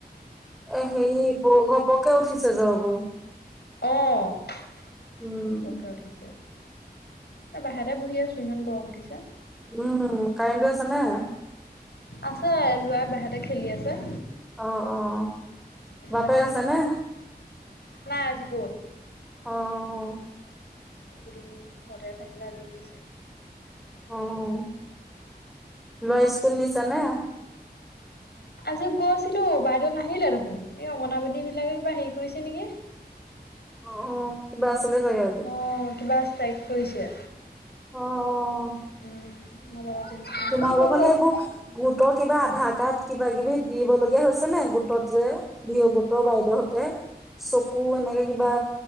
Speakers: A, in the centre; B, on the left.
A: এ হেৰি বৰ ঘপককে উঠিছে জ্বৰবোৰ।
B: অ',
A: উম,
B: ঘপককে উঠিছে। এ বাহিৰতে বহি আছোঁ, ইমান গৰম উঠিছে।
A: উম, কাৰেণ্টটো আছেনে?
B: আছে। ল'ৰা বাহিৰতে খেলি আছে।
A: অ'-অ', বাপেক
B: বাহিৰতে
A: আছে
B: আছো
A: নে?
B: নাই আজি গ'ল
A: অ'।
B: এইকেইদিন ঘৰতে থাকিলে, আজি গইছে।
A: অ', ল'ৰা স্কুল নিছা নে?
B: আজি গৈছিলো, বাইদেউ নাহিলে দেখোন, এই অংগনাবাদী বিলাকে কিবা হেৰি কৰিছে নেকি।
A: অ', অ', কিবা আছিলে চাগে আজি।
B: অ', কিবা ষ্ট্ৰাইক কৰিছে।
A: অ, অ।
B: <unintelligible> উম' মই যে আজিলৈকে,
A: তোমালোকৰ
B: ফোন-ফোন
A: ফালে
B: নকৰো
A: এইবোৰ গোটৰ কিবা আধাৰ কাৰ্ড, কিবা-কিবি দিবলগীয়া হৈছে <unintelligible> নে গোটত যে ভিঅ' গোটৰ বাইদেউহঁতে, চকু এনেকে কিবা